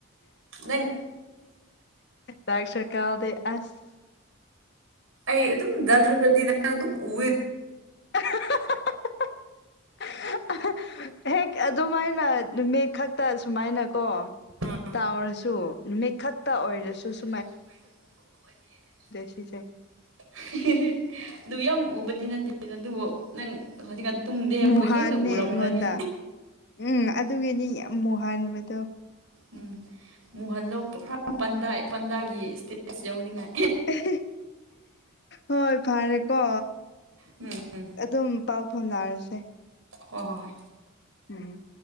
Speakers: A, on the right; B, on the left.
A: ꯅꯪ
B: ꯗꯥꯔꯛ ꯁꯔꯀꯜꯗꯤ ꯑꯁ
A: ꯑꯩ ꯑꯗꯨꯝ ꯗꯥꯔꯛ ꯁꯔꯀꯜꯗꯤ ꯅꯪ ꯑꯗꯨꯝ ꯎꯋꯦ꯫
B: <unintelligible> ꯍꯦꯛ ꯑꯗꯨꯃꯥꯏꯅ ꯅꯨꯃꯤꯠ ꯈꯛꯇ ꯁꯨꯃꯥꯏꯅꯀꯣ
A: ꯑꯥ
B: ꯇꯥꯎꯔꯁꯨ ꯅꯨꯃꯤꯠꯈꯛꯇ ꯑꯣꯏꯔꯁꯨ ꯁꯨ
A: <inaudible>
B: ꯁꯤꯁꯦ
A: ꯗꯨ ꯌꯥꯝ ꯎꯕꯗꯤ ꯅꯠꯇꯦ ꯑꯗꯨꯕꯨ ꯅꯪ ꯍꯧꯖꯤꯛꯀꯥꯟ ꯇꯨꯝꯗꯦ ꯍꯥꯏꯕ
B: ꯃꯨꯍꯥꯟꯅꯦ
A: ꯍꯦꯟꯅ ꯎꯔꯝꯈ꯭ꯔꯅꯤ꯫
B: ꯑꯩꯉꯣꯟꯗ ꯎꯝ ꯑꯗꯨꯒꯤꯗꯤ ꯌꯥꯝ ꯃꯨ ꯍꯟꯕꯗꯣ꯫
A: ꯎꯝ ꯃꯨꯍꯟꯂꫭ ꯈꯔ ꯄꯟꯗꯥ ꯄꯟꯗꯥꯒꯤ ꯏꯁꯇꯦꯖ ꯌꯧꯅꯤꯡꯉꯥꯏ꯫
B: <unintelligible> ꯍꯣꯏ ꯐꯔꯦꯀꯣ
A: ꯎꯝ ꯎꯝ
B: ꯑꯗꯨꯝ ꯄꯥꯎ ꯐꯥꯎꯅꯥꯔꯁꯦ꯫
A: ꯍꯣꯏ ꯍꯣꯏ ꯍꯣꯏ꯫
B: ꯎꯝ